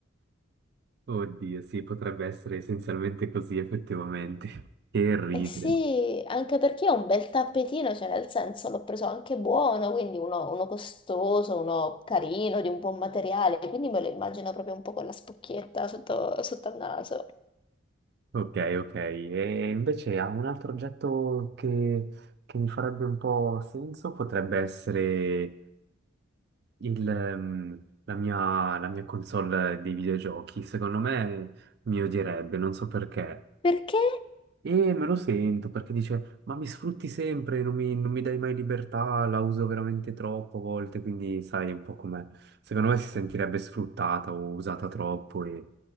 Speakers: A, on the right (about 55°); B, on the left (about 25°).
A: Oddio, sì, potrebbe essere essenzialmente così, effettivamente. <laughs> Che ridere.
B: Eh sì, anche perché è un bel tappetino, cioè nel senso l'ho preso anche buono, quindi uno, uno costoso, uno carino, di un buon materiale, quindi me lo immagino proprio un po' con la spocchietta sotto, sotto al naso.
A: Ok, ok. E invece ha un altro oggetto che, che mi farebbe un po' senso, potrebbe essere eh, il, ehm, la mia, la mia console dei videogiochi. Secondo me mi odierebbe, non so perché.
B: Perché?
A: E me lo sento perché dice, ma mi sfrutti sempre, non mi, non mi dai mai libertà, la uso veramente troppo a volte, quindi sai un po' com'è. Secondo me si sentirebbe sfruttata o usata troppo e,